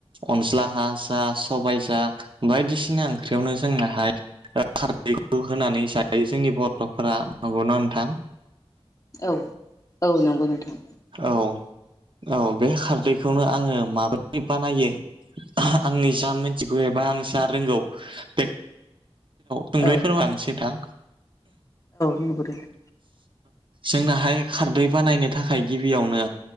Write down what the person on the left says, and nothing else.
औ-औ नंगौ नोंथां।
औ
नंगौ नोंथां